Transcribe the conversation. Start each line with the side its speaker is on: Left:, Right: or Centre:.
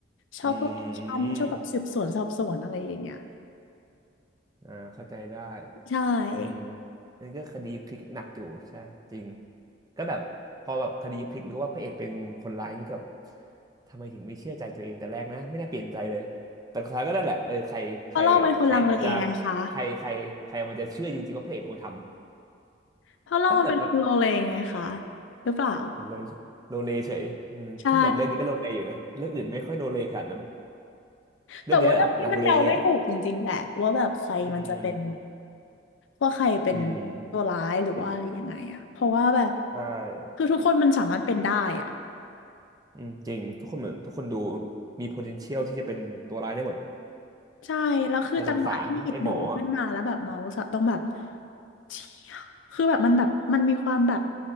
Left: ชอบพวกแอคชั่นชอบแบบสืบสวนสอบสวนอะไรอย่างเงี้ย
Right: อืมอ่าเข้าใจได้
Left: ใช่
Right: อืมนั่นก็คดีพลิกหนักอยู่ใช่จริงก็แบบพอแบบคดีพลิกหรือว่าพระเอกเป็นคนร้ายนี่กับทำไมถึงไม่เชื่อใจตัวเองแต่แรกนะไม่น่าเปลี่ยนใจเลยแต่สุดท้ายก็นั่นแหละเออใครใครกับใครมันจะ
Left: เพราะเราเป็นคนลังเลไงคะ
Right: ใครใครใครมันจะเชื่อจริงๆว่าพระเอกเป็นคนทำ
Left: เพราะเรามันเป็นคนโลเลไงคะ
Right: ถ้าเกิดแบบ
Left: หรือเปล่า
Right: อ่ะโลโลเลเฉยอืมถ้าเกิดเรื่องนี้ก็โลเลอยู่นะเรื่องอื่นไม่ค่อยโลเลขนาดนั้น
Left: ใช่
Right: เรื่องนี้อ่ะลังเลเยอะ
Left: แต่ว่าเรื่องนี้มันเดาไม่ถูกจริงๆแหละว่าแบบใครมันจะเป็น
Right: อืม
Left: ว่าใครเป็น
Right: อืม
Left: ตัวร้ายหรือว่าอะไรยังไงอะเพราะว่าแบบ
Right: จริงใช่
Left: คือทุกคนมันสามารถเป็นได้อะ
Right: อืมจริงทุกคนเหมือนทุกคนดูมี potential ที่จะเป็นตัวร้ายได้หมด
Left: ใช่แล้วคือจังหวะที่หยิบหนูขึ้นมาแล้วแบบเมาส์อะต้องแบบ
Right: แต่สงสารไอ้หมออะ
Left: เชี่ยคือแบบมันแบบมันมีความแบบ